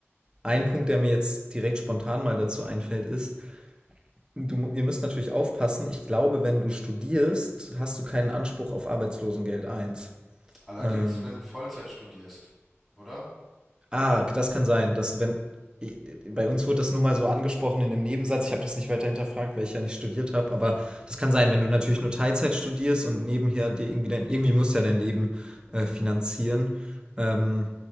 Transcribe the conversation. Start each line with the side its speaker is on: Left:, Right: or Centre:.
Right: ein Punkt, der mir jetzt direkt spontan mal dazu einfällt, ist, du, ihr müsst natürlich aufpassen, ich glaube, wenn du studierst, hast du keinen Anspruch auf Arbeitslosengeld eins.
Centre: Allerdings,
Right: Ähm,
Centre: wenn du Vollzeit studierst, oder?
Right: Ah, das kann sein, dass wenn bei uns wurde das nur mal so angesprochen in dem Nebensatz. Ich habe das nicht weiter hinterfragt, weil ich ja nicht studiert habe. Aber das kann sein, wenn du natürlich nur Teilzeit studierst und nebenher dir irgendwie dein, irgendwie musst du ja dein Leben äh,
Centre: Eben,
Right: finanzieren. Ähm,